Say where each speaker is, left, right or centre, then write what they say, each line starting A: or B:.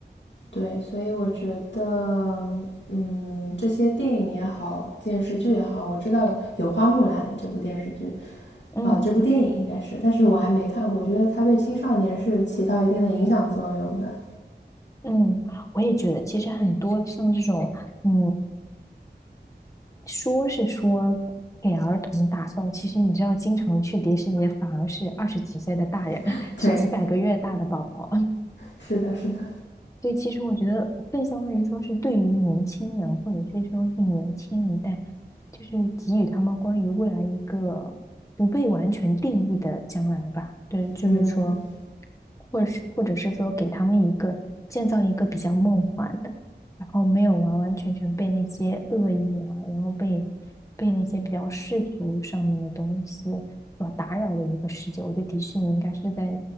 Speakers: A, on the left; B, on the left.
A: 对，所以我觉得，嗯，这些电影也好，电视剧也好，我知道有有《花木兰》这部电视剧，
B: 嗯
A: 啊、呃这部电影应该是，但是我还没看过。我觉得它对青少年是起到一定的影响作用的。
B: 嗯。我也觉得，其实很多像这种，嗯，说是说给儿童打造，其实你知道，经常去迪士尼反而是二十几岁的大人，
A: <laughs>
B: <laughs>
A: 对，
B: 是几百个月大的宝宝。
A: 是的，是的，
B: 对，其实我觉得更相当于说是对于年轻人，或者是说是年轻一代，就是给予他们关于未来一个不被完全定义的将来吧。对，就是说，
A: 嗯，
B: 或者是或者是说给他们一个建造一个比较梦幻的，然后没有完完全全被那些恶意啊，然后被被那些比较世俗上面的东西。所打扰的一个世界。我觉得迪士尼应该是在